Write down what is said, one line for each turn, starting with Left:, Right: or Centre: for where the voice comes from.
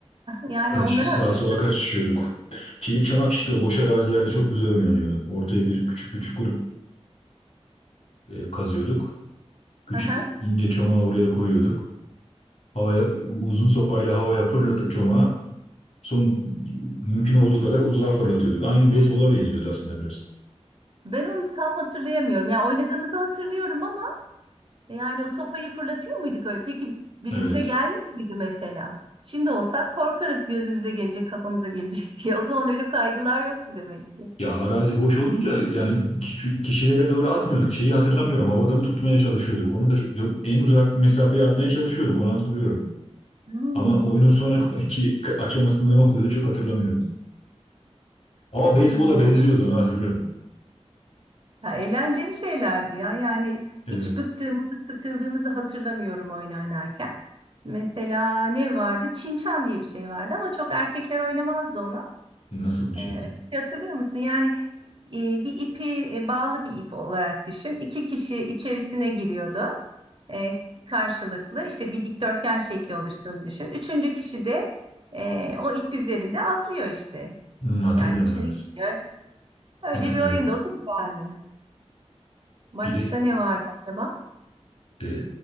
Right: yani
Left: Kaç,
Right: onları
Left: sağa
Right: hatırlıyorum.
Left: sola kaçışıyorduk. Çelik çamak işte o boş arazilerde çok güzel oynanıyordu. Ortaya bir küçük bir çukur e, kazıyorduk. Küçük
Right: Aha.
Left: ince çomağı oraya koyuyorduk. Havaya uzun sopayla havaya fırlatıp çomağı son mümkün olduğu kadar uzağa fırlatıyorduk. Aynı beyzbola benziyordu aslında biraz.
Right: Ben onu tam hatırlayamıyorum. Ya oynadığımızı hatırlıyorum ama E, Yani o sopayı fırlatıyor muyduk öyle? Peki birimize
Left: Evet.
Right: gelmiş miydi mesela? Şimdi olsak korkarız gözümüze gelecek, kafamıza gelecek <laughs> diye. O zaman öyle kaygılar yoktu demek ki.
Left: Ya arazi boş olunca yani kişi- kişilere doğru atmıyorduk. Şeyi hatırlamıyorum. Havada mı tutmaya çalışıyorduk? Onu da çok- yok, en uzak mesafeye atmaya çalışıyorduk. Onu hatırlıyorum.
Right: Hmm,
Left: Ama oyunun sonraki <laughs> aşamasında ne oluyordu çok hatırlamıyorum. Ama beyzbola
Right: evet.
Left: benziyordu onu hatırlıyorum.
Right: Ya eğlenceli şeylerdi ya. Yani
Left: Evet.
Right: hiç bıktığımızı, sıkıldığımızı hatırlamıyorum oyun oynarken. Mesela ne vardı? Çinçan diye bir şey vardı ama çok erkekler oynamazdı onu.
Left: Nasıl bir
Right: Ee,
Left: şeydi?
Right: öyle bir
Left: o?
Right: şey hatırlıyor musun? Yani e, bir ipi e, bağlı bir ip olarak düşün. İki kişi içerisine giriyordu. Ee, karşılıklı işte bir dikdörtgen şekli oluştuğunu düşün. Üçüncü kişi de e, o ip üzerinde atlıyor işte.
Left: Hmm, hatırlıyorum
Right: Yani içine
Left: evet.
Right: giriyor. Öyle
Left: Hatırlıyorum.
Right: bir oyunda o da güzeldi. Başka
Left: Bir de
Right: ne vardı acaba?
Left: e,